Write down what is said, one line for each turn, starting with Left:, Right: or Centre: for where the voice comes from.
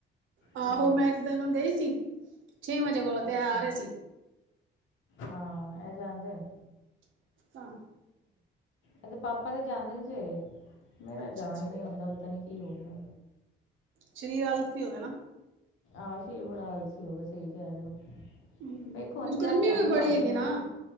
Right: ਆਹੋ
Left: ਤੇ
Right: ਮੈਂ ਏਕ ਦਿਨ ਗਈ ਸੀ, ਛੇ ਵਜੇਂ ਕੋਲ ਤੇ
Left: ਅੱਛਾ
Right: ਆ ਰੇ ਸੀ।
Left: ਹਾਂ ਐ ਜਾਦੇ ਨੇ।
Right: <unintelligible>
Left: ਐਦੇ ਤੇ ਪਾਪਾ ਤੇ ਜਾਂਦੇ ਨੇ ਸਵੇਰੇ, ਮੇਰਾ
Right: ਅੱਛਾ
Left: ਜਾਣ
Right: ਅੱਛਾ
Left: ਹੀ ਨੀ ਹੁੰਦਾ ਪਤਾ ਨੀ ਕੀ ਹੋ ਗੇਆ
Right: ਸਰੀਰ ਆਲਸ ਵੀ ਹੋ ਗਿਆ ਨਾ
Left: ਆ ਸ਼ੀਰ ਬੜਾ ਆਲਸੀ ਹੋ ਗੇਆ ਸਈ ਗਲ ਐ,
Right: ਹਮ
Left: ਵੇਖੋ ਹੁੰਣ
Right: ਕੁਝ
Left: ਕੇਆ
Right: ਗਰਮੀ
Left: ਤੈ
Right: ਵੀ
Left: ਮੈਂ ਭਾਬੀ
Right: ਬੜੀ ਹੈਗੀ
Left: ਨੂੰ
Right: ਨਾ